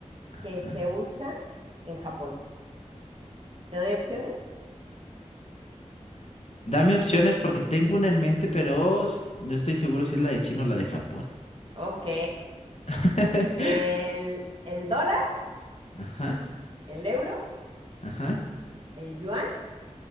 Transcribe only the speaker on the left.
Ajá.
Dame opciones porque tengo una en mente, pero s- no estoy seguro si es la de China o la de Japón.
<laughs>
Ajá,
ajá.